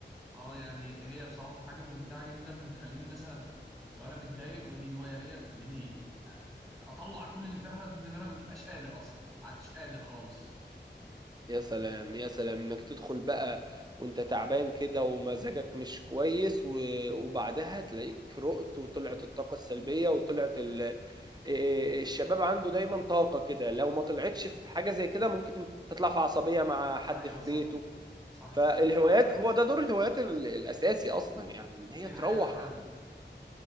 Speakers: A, in the centre; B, on the right.
A: اه يعني هي بصراحه حاجه ممتعه جدا بتخليني مثلا لو انا متضايق ودي هوايه ليا تخليني آه، آه، اطلع كل اللي في حد اللي انا مبقاش قادر اصلا ما عدتش قادر خالص
B: يا سلام يا سلام انك تدخل بقى وانت تعبان كده ومزاجك مش كويس و- وبعدها تلاقيك رقت وطلعت الطاقة السلبية وطلعت ال... آه، آه، آه، الشباب عنده دايما طاقة كده لو ما طلعتش في حاجة زي كده ممكن تطلع في عصبية مع حد
A: ايوه
B: في
A: صح
B: بيته
A: صح
B: فالهوايات
A: فعلا
B: هو ده دور الهوايات ال- الأساسي أصلا يعني إن هي
A: دي
B: تروح
A: حقيقه فعلا